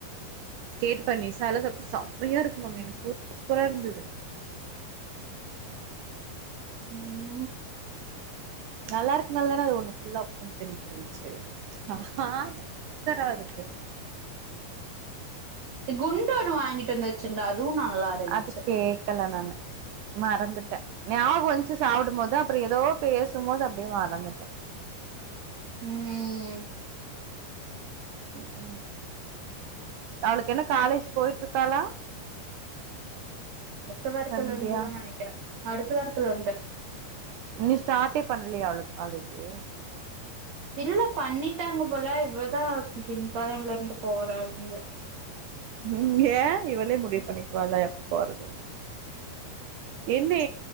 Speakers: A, on the right (about 85°); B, on the right (about 50°).
A: கேட்டு பார் நிசாலா சாப்ட்டு ச சமயா இருக்கு மாமி எனக்கு சூப்புரா இருந்தது
B: ம்
A: நல்லா இருக்குனால்தான அது ஒன்னு ஃபுல்லா உக்காந் தின்ட்ருந்துச்சு ஆ தரோ அதுக்கு
B: எ குண்டு ஒன்னு வாங்கிட்டு வந்து வச்சுர்ந்தா அதுவு நல்லா இருந்துச்சு
A: அது கேக்கல நானு மறந்துட்ட ஞாகுவன்ச்சு சாப்புடுமோது அப்புறு எதோ பேசுமோது அப்டியே மறந்துட்டே
B: ம்
A: ம் ம் அவளுக்கு என்ன காலேஜ் போய்ட்ருக்காளா
B: அடுத்த வாரத்துல
A: சந்தியா
B: இருந்துதா நெனைக்கிற அடுத்த வாரத்துல இருந்து
A: இன்னி ஸ்டாட்டே பண்லியா அவளுக் காலேஜு
B: இல்ல பண்ணிட்டாங்க போல இவதா ஆஸ்பத்தின் வரம்ல இர்ந்து போறா அப்டின் சொல்
A: இங்க இவளே முடிவு பண்ணிக்வாளா எப்ப போறதுன்னு என்னே